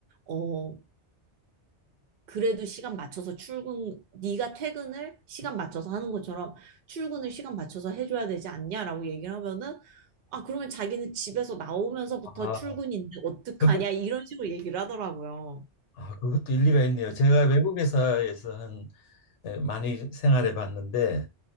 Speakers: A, on the right; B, on the left.
A: 어 그래도 시간 맞춰서 출근, 네가 퇴근을 시간 맞춰서 하는 것처럼 출근을 시간 맞춰서 해줘야 되지 않냐라고 얘기를 하면은 아, 그러면 자기는 집에서 나오면서부터
B: 아
A: 출근인데 어떡하냐
B: 그거
A: 이런 식으로 얘기를 하더라고요.
B: 아 그것도 일리가 있네요 제가 외국 회사에서 한 에, 많이 생활해 봤는데